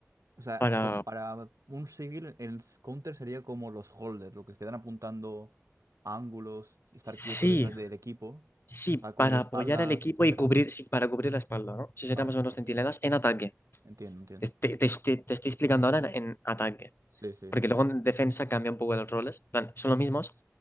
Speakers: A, on the right (about 85°); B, on the left (about 45°).
A: O sea,
B: para,
A: co- para un civil, el counter sería como los holders, los que quedan apuntando a ángulos y estar
B: sí,
A: quietos detrás del equipo
B: sí,
A: para cubrir
B: para
A: espalda,
B: apoyar al equipo
A: etcétera.
B: y cubrir, sí, para cubrir la espalda, ¿no? Eso
A: Vale,
B: serían más o menos
A: perfecto.
B: centinelas en ataque.
A: Entiendo, entiendo.
B: Te, te- te- te- te estoy explicando ahora en, en ataque,
A: Sí, sí,
B: porque luego en defensa cambia un poco los roles, en plan, son los mismos,